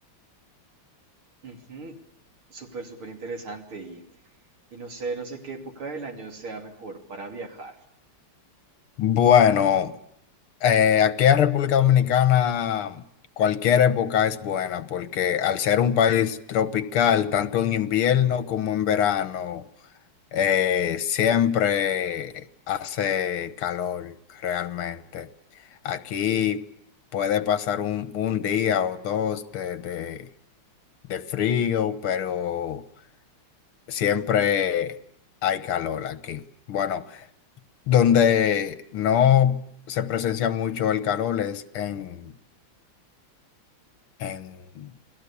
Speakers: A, on the right; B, on the left.
A: Ujú, Súper, súper interesante y, y no sé, no sé qué época del año sea mejor para viajar.
B: Bueno, eh, aquí en República Dominicana cualquier época es buena porque al ser un país tropical, tanto en invierno como en verano, eh, siempre hace calor realmente. Aquí puede pasar un, un día o dos de, de de frío, pero siempre hay calor aquí. Bueno donde no se presencia mucho el calor es en, en